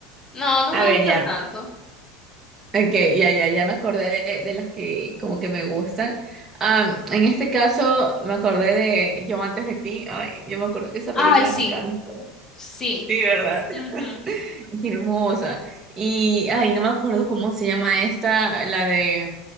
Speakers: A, on the left (about 25°); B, on the right (about 15°).
A: no, no
B: A
A: me
B: ver,
A: gusta
B: ya.
A: tanto.
B: Okay, ya, ya, ya me acordé de, de las que como que me gustan. Am, en este caso me acordé de Yo antes de ti. Ay, yo me acuerdo que esa
A: Ay,
B: película
A: sí,
B: me encanta.
A: sí.
B: Sí, ¿verdad? <laughs>
A: ujú.
B: Es hermosa. Y, ay, no me acuerdo cómo se llama esta, la de